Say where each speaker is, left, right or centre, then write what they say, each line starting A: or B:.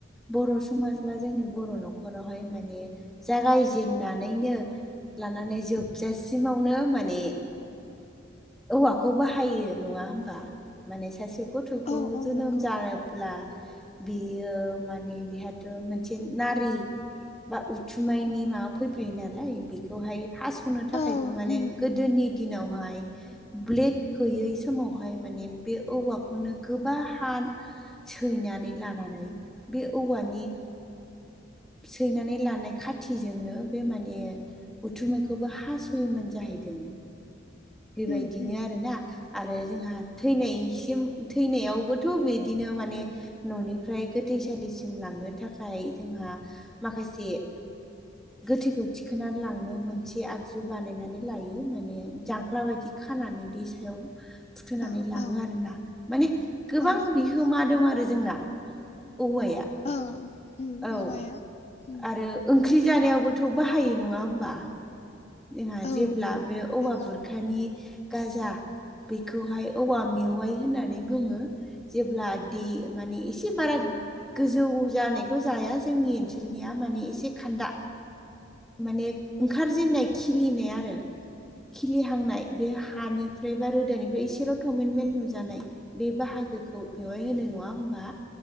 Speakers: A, in the centre; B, on the left.
A: बर' समाज बा जोंनि बर' न'खरावहाय माने जागायजेननानैनो लानानै जोबजासिमावनो माने औवाखौ बाहायो नङा होमबा माने सासे गथ'खौ
B: औ औ
A: जोनोम
B: नंगौ
A: जानोब्ला बेयो माने बेहाथ' मोनसे नारि बा उथुमाइनि माबा फैफायो नालाय बेखौहाय हास'नो थाखायबो
B: औ
A: माने
B: उम
A: गोदोनि
B: उम
A: दिनावहाय ब्लेड गैयै समाव आहाय माने बे औवाखौनो गोबा हा सैनानै लानानै बे औवानि सैनानै लानाय खाथिजोंनो बे माने उथुमायखौबो हास' मोन जाहैदों बेबायदिनो
B: उम उम
A: आरोना आरो जोंहा थैनायसिम
B: औ
A: थैनायावबोथ' बिदिनो माने न'निफ्राय गोथैसालिसिम लांनो थाखाय जोंहा माखासे गोथैखौ थिखोनानै लांनो मोनसे आगजु बानायनानै लायो माने जां हख्ला बायदि खानानै बे सायाव फुथुनानै
B: औ
A: लाङो
B: औ
A: आरोना माने गोबां
B: औ
A: बिहोमा
B: उम
A: दं आरो जोंना औवाया
B: औ उम
A: औ
B: औवाया उम
A: आरो ओंख्रि जानायावबोथ' बाहायो नङा होमबा? जोंहा
B: औ
A: जेब्ला
B: उम
A: बे औवा
B: नंगौ
A: बुरखानि गाजा बेखौहाय औवा मेवाइ होननानै बुङो। जेब्ला दि माने एसे बारा गोजौ जानायखौ जाया जोंनि ओनसोलनिया माने एसे खान्दा माने ओंखारजेननाय खिलिनाय आरो खिलिहांनाय बे हानिफ्राय बा रोदानिफ्राय एसेल' थमेन्मेन्ट नुजानाय बे बाहागोखौ मेवाय होनो नङा होमबा